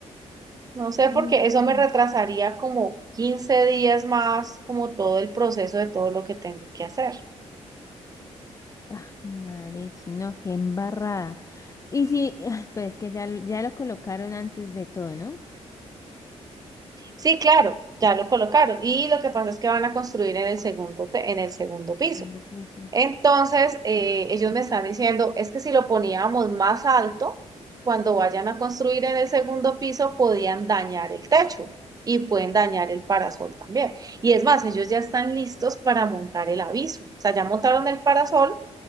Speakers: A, on the right; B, on the left.
A: No sé,
B: Mm,
A: porque eso
B: mm.
A: me retrasaría como 15 días más, como todo el proceso de todo lo que tengo que hacer.
B: Ah, marich, no, qué embarrada. Y si, <laughs> <sighs> pero es que ya, lo- ya lo colocaron antes de todo, ¿no?
A: Sí, claro, ya lo colocaron. Y lo que pasa es que van a construir en el segundo, pe- en el segundo piso.
B: Segundo piso.
A: Entonces, eh, ellos me están diciendo, es que si lo poníamos más alto, cuando vayan a construir en el segundo piso, podían dañar el techo y pueden dañar el parasol también. Y es más, ellos ya están listos para montar el aviso. O sea, ya montaron el parasol,